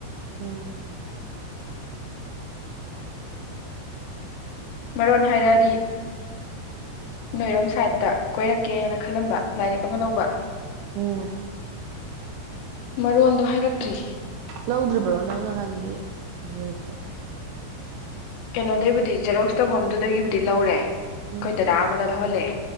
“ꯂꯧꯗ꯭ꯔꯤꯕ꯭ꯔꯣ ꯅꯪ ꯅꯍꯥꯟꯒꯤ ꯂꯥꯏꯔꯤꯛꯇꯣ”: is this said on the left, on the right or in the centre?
Right